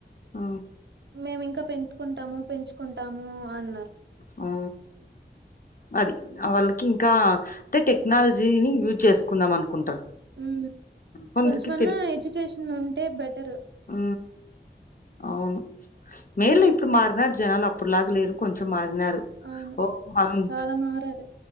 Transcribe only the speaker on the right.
మేము ఇంకా పెంటుకుంటాము పెంచుకుంటాము అన్నారు
ఉమ్
కొంచెమన్నా ఎడ్యుకేషన్ ఉంటే బెటరు
అవును
చాలా మారారు.